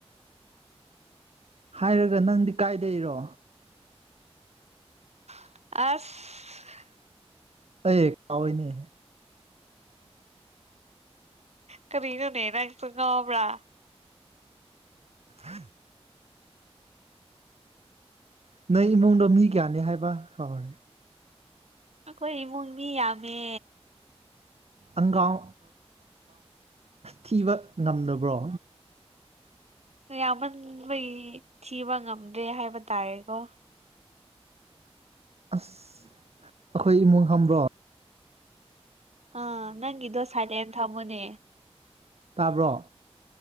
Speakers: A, on the right (about 70°); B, on the right (about 85°).
A: ꯍꯥꯏꯔꯒ ꯅꯪꯗꯤ ꯀꯥꯏꯗꯩꯔꯣ
B: ꯑꯁ
A: ꯑꯩꯣꯏꯅꯦ
B: ꯀꯔꯤ ꯏꯅꯣꯅꯦꯔꯪꯁꯨꯉꯕ꯭ꯔꯥ
A: ꯊ ꯅꯪ ꯏꯃꯨꯡꯗ ꯃꯤ ꯀꯌꯥꯅꯤ ꯍꯥꯏꯕ ꯀꯥꯎꯍꯦ
B: ꯑꯩꯈꯣꯏ ꯏꯃꯨꯡ ꯃꯤ ꯌꯥꯝꯃꯦ
A: ꯑꯪꯒꯥꯡ ꯊꯤꯕ ꯉꯝꯗꯕ꯭ꯔꯣ
B: ꯌꯥꯝꯃꯟꯕꯩ ꯊꯤꯕ ꯉꯝꯗ꯭ꯔꯦ ꯍꯥꯏꯕ ꯇꯥꯔꯦꯀꯣ
A: ꯑꯁ ꯑꯩꯈꯣꯏ ꯏꯃꯨꯡ ꯍꯕ꯭ꯔꯣ
B: ꯑ ꯅꯪ ꯏꯣ ꯁꯥꯏꯗꯦꯟꯃꯅꯤ
A: ꯇꯥꯕ꯭ꯔꯣ